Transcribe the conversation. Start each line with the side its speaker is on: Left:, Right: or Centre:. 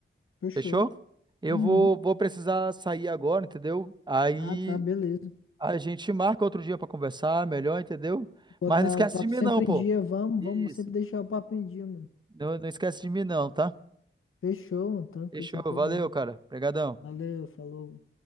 Left: Fechou.
Right: fechou? Eu
Left: Uhum.
Right: vou, vou precisar sair agora, entendeu? Aí
Left: Ah, tá, beleza.
Right: a gente marca outro dia pra conversar melhor, entendeu?
Left: Botar
Right: Mas não esquece
Left: o papo
Right: de mim
Left: sempre
Right: não, pô.
Left: em dia, vamos,
Right: Isso.
Left: vamos sempre deixar o papo em dia, mano.
Right: Não, não esquece de mim não, tá?
Left: Fechou, mano, tranquilo,
Right: Fechou,
Left: sem problema.
Right: valeu, cara. Obrigadão.
Left: Valeu, falou.